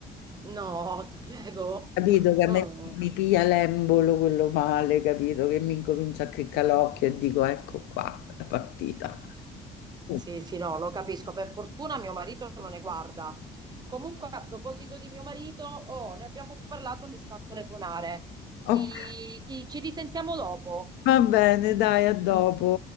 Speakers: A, on the right; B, on the left.
A: No, ti prego.
B: Capito che a
A: Oh,
B: me mi piglia l'embolo quello male, capito che mi incomincia a criccare l'occhio e dico ecco qua la partita. Mm.
A: Sì, sì, no, lo capisco. Per fortuna mio marito non ne guarda. Comunque, a proposito di mio marito, oh, ne abbiamo parlato, mi sta a telefonare.
B: Ok,
A: Ti- ti- ci risentiamo dopo.
B: va bene, dai, a dopo.